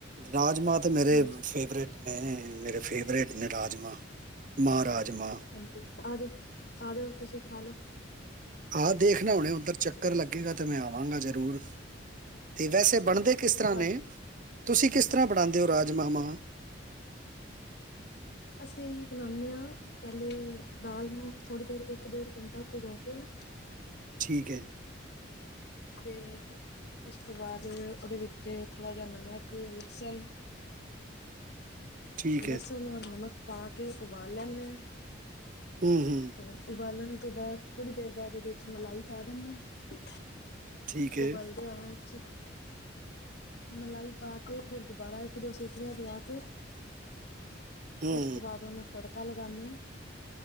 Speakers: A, on the right; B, on the left.
A: ਰਾਜਮਾ ਤਾਂ ਮੇਰੇ
B: ਹਾਂਜੀ
A: ਫੇਵਰੇਟ ਹੈ ਮੇਰੇ ਫੇਵਰੇਟ ਨੇ ਰਾਜਮ ਮਾਹ ਰਾਜਮਾ
B: ਹਾਂਜੀ ਆ ਜਾਓ ਆ ਜਾਓ ਤੁਸੀਂ ਖਾ ਲੋ।
A: ਆਹ ਦੇਖਣਾ ਹੁਣੇ ਉੱਧਰ ਚੱਕਰ ਲੱਗੇਗਾ ਤੇ ਮੈਂ ਆਵਾਂਗਾ ਜ਼ਰੂਰ। ਤੇ ਵੈਸੇ ਬਣਦੇ ਕਿਸ ਤਰ੍ਹਾਂ
B: ਹਾਂ
A: ਨੇ ਤੁਸੀਂ ਕਿਸ ਤਰ੍ਹਾਂ ਬਣਾਉਂਦੇ ਹੋ ਰਾਜਮਾ ਮਾਹ
B: ਅਸੀਂ ਬਨਾਦੇ ਹਾਂ ਪਹਿਲੇ ਦਾਲ ਨੂੰ ਥੋੜ੍ਹੀ ਦੇਰ ਇੱਕ ਡੇਢ ਘੰਟਾ ਭਿਗੋ ਕੇ ਨਾ
A: ਠੀਕ ਹੈ।
B: ਤੇ ਉਸ ਤੋਂ ਬਾਅਦ ਉਹਦੇ ਵਿੱਚ ਥੋੜਾ ਜਿਹਾ ਨਮਕ ਲਸਨ
A: ਠੀਕ
B: ਲਸਨ
A: ਹੈ
B: ਹੋਰ ਨਮਕ, ਪਾ ਕੇ ਉਬਾਲ ਲੈਂਦੇ ਹਾਂ,
A: ਹਮ ਹਮ
B: ਤੇ ਉਬਾਲਣ ਤੋਂ ਬਾਅਦ ਥੋੜੀ ਦੇਰ ਬਾਅਦ ਉਹਦੇ ਚ ਮਲਾਈ ਪਾ ਦਿੰਦੇ ਹਾਂ।
A: ਠੀਕ ਹੈ
B: ਉਬਲ ਦਾ ਹੋਇਆ ਅ ਮਲਾਈ ਪਾ ਕੇ ਫਿਰ ਦੁਬਾਰਾ ਇੱਕ ਦੋ ਸੀਟੀਆਂ ਦਵਾ ਕੇ
A: ਹੂੰ
B: ਉਸ ਤੋਂ ਬਾਅਦ ਉਹਨੂੰ ਤੜਕਾ ਲਗਾਉਂਦੇ ਹਾਂ,